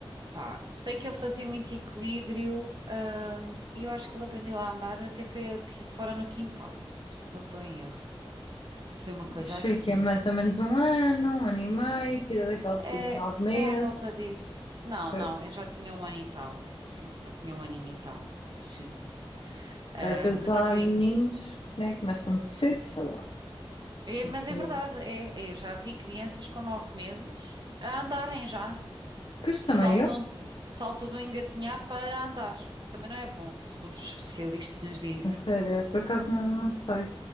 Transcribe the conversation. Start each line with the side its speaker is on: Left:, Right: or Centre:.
Right: pá, sei que ele fazia muito equilíbrio, ahm, e eu acho que ele aprendeu a andar até foi aqui fora no quintal, se não estou em erro. Foi uma coisa
Left: achei
Right: assim.
Left: que é mais ou menos um ano, um ano e meio, que idade é que ele
Right: É,
Left: tinha? Nove
Right: foi
Left: meses.
Right: à volta disso. Não,
Left: Ok,
Right: não, eu já tinha um ano e tal. Sim, já tinha um aninho e tal. Sim. Ah,
Left: que Às vezes
Right: mas
Left: há
Right: há cri...
Left: meninos, né, que começam de cedo, sei lá, os
Right: é, mas é
Left: meninos.
Right: verdade, é, eu já vi crianças com nove meses a andarem já.
Left: Pois também
Right: saltam,
Left: eu,
Right: salta do engatinhar para andar, o que também não é bom, segundo os especialistas nos dizem.
Left: a sério, por acaso não, não sei.